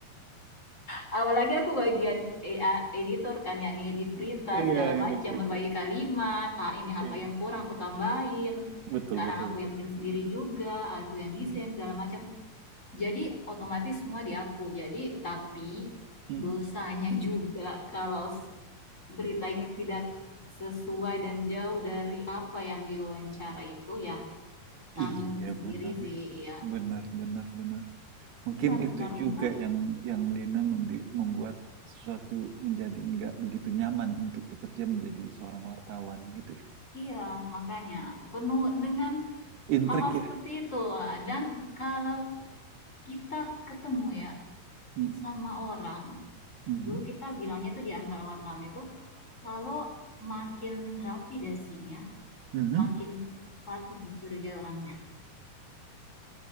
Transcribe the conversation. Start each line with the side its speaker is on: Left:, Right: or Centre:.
Left: Apalagi aku bagian e editor kan yang ngedit berita
Right: Iya,
Left: segala macam,
Right: yang gitu.
Left: berbagai kalimat, ah, ini apa
Right: Iya.
Left: yang kurang aku tambahin,
Right: Betul,
Left: kadang
Right: betul,
Left: aku
Right: betul.
Left: yang bikin sendiri juga, aku yang desain
Right: Mm.
Left: segala macam. Jadi otomatis semua diaku. Jadi tapi
Right: Mm.
Left: dosanya juga kalau berita ini tidak sesuai dan jauh dari apa yang diwawancara itu ya tanggung
Right: Iya,
Left: sendiri
Right: benar.
Left: sih
Right: ya.
Left: iya
Right: Benar, benar, benar. Mungkin
Left: benar-benar
Right: itu
Left: untuk
Right: juga yang yang Lina membi- membuat sesuatu menjadi nggak begitu nyaman untuk bekerja menjadi seorang wartawan gitu ya.
Left: iya makanya penuh dengan
Right: Intrik
Left: hal
Right: ya.
Left: seperti itu dan kalau kita ketemu ya
Right: Mm-mm.
Left: sama orang
Right: Mhm.
Left: dulu kita bilangnya tuh di antara wartawan itu kalau makin rapi dasinya
Right: Mhm.
Left: makin patut dicurigai orangnya